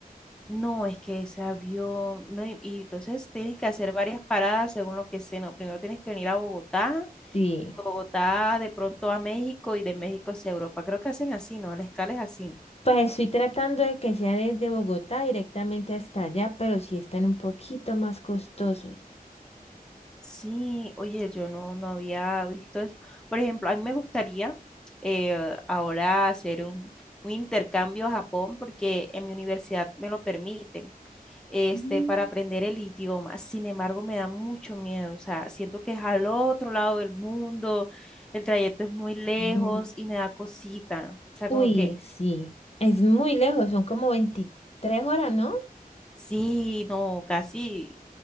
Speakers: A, in the centre; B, on the left.
A: No, es que ese avión, no, y, y entonces tienes que hacer varias paradas según lo que sea, ¿no? Primero tienes que venir a Bogotá,
B: Sí.
A: de Bogotá de pronto a México y de México hacia Europa. Creo que hacen así, ¿no? La escala es así.
B: Pues estoy tratando de que sea desde Bogotá directamente hasta allá, pero sí están un poquito más costosos.
A: Sí, oye, yo no, no había visto eso. Por ejemplo, a mí me gustaría eh, ahora hacer un, un intercambio a Japón porque en mi universidad me lo permiten. este,
B: Mm.
A: para aprender el idioma. Sin embargo, me da mucho miedo, o sea, siento que es al otro lado del mundo, el trayecto es muy lejos
B: Em,
A: y me da cosita, o sea,
B: Uy,
A: como que
B: sí, es muy lejos, son como 23 horas, ¿no?
A: sí, no, casi